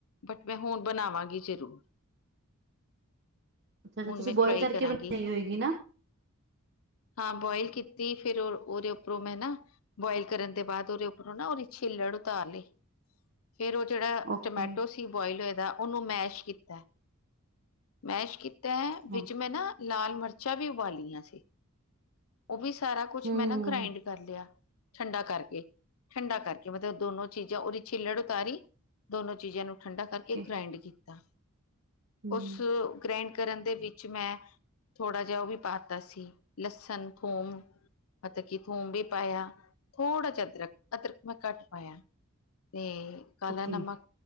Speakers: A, on the left; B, on the right.
A: ਬਟ ਮੈਂ ਹੁਣ ਬਣਾਵਾਂਗੀ ਜ਼ਰੂਰ।
B: ਅੱਛਾ
A: ਹੁਣ
B: ਤੁਸੀਂ
A: ਮੈਂ
B: ਬੋਆਇਲ
A: ਟਰਾਈ
B: ਕਰਕੇ
A: ਕਰਾਂਗੀ।
B: ਬਣਾਈ ਹੋਏਗੀ ਨਾ।
A: ਹਾਂ ਬੋਇਲ ਕੀਤੀ ਫੇਰ ਓਹਦੇ ਉੱਪਰੋਂ ਮੈਂ ਨਾ- ਬੋਆਇਲ ਕਰਨ ਦੇ ਬਾਦ ਓਹਦੇ ਉੱਪਰੋਂ ਨਾ ਓਹਦੀ ਛਿੱਲੜ ਉਤਾਰ ਲਈ। ਫੇਰ ਓ ਜੇੜਾ
B: ਓਕੇ
A: ਟਮੈਟੋ- ਸੀ ਬੋਇਲ ਹੋਏ ਦਾ ਓਹਨੂੰ ਮੈਸ਼ ਕੀਤਾ। ਮੈਸ਼ ਕੀਤਾ ਵਿੱਚ
B: ਹਾਂ
A: ਮੈਂ ਨਾ- ਲਾਲ ਮਿਰਚਾਂ ਵੀ ਉਬਾਲੀਆਂ ਸੀ। ਓ ਵੀ ਸਾਰਾ ਕੁਛ
B: ਹੂੰ
A: ਮੈਂ ਨਾ ਗ੍ਰਾਇੰਡ ਕਰ ਲਿਆ। ਠੰਡਾ ਕਰਕੇ- ਠੰਡਾ ਕਰਕੇ। ਮਤਲਬ ਦੋਨੋ ਚੀਜ਼ਾਂ ਓਹਦੀ ਛਿੱਲੜ ਉਤਾਰੀ, ਦੋਨੋ- ਚੀਜ਼ਾਂ ਨੂੰ ਠੰਡਾ ਕਰਕੇ
B: ਓਕੇ
A: ਗ੍ਰਾਇੰਡ ਕੀਤਾ।
B: ਹੂੰ
A: ਉਸ- ਗ੍ਰਾਇੰਡ ਕਰਨ ਦੇ ਵਿੱਚ ਮੈਂ ਥੋੜ੍ਹਾ ਜਿਹਾ ਓ ਵੀ ਪਾਤਾ ਸੀ ਲਸਣ- ਥੋਮ। ਮਤਲਬ ਕੀ ਥੂਮ ਵੀ ਪਾਇਆ ਥੋੜ੍ਹਾ ਜਿਹਾ ਅਦਰਕ। ਅਦਰਕ ਮੈਂ ਘੱਟ ਪਾਇਆ। ਤੇ ਕਾਲਾ
B: ਓਕੇ
A: ਨਮਕ,